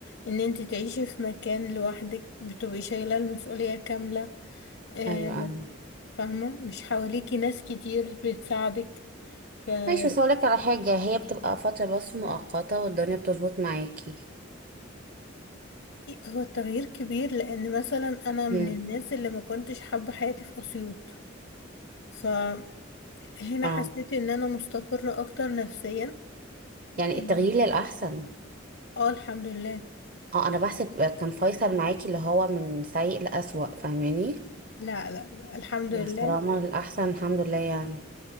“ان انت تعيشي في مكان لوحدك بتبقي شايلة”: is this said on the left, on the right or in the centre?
Left